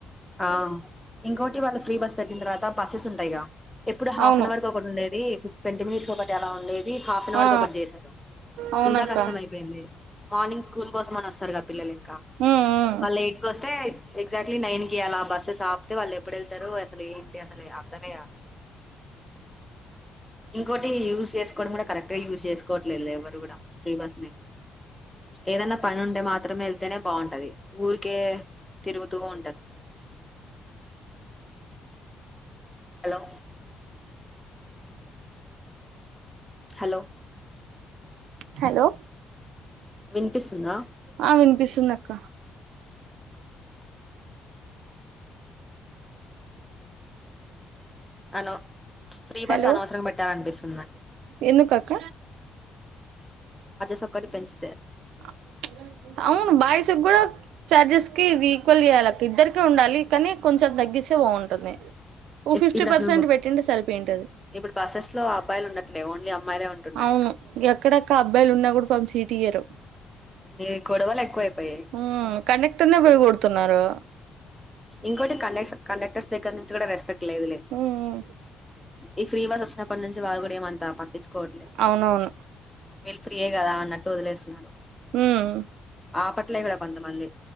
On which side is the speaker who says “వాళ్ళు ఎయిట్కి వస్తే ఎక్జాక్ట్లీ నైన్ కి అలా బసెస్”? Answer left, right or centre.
Centre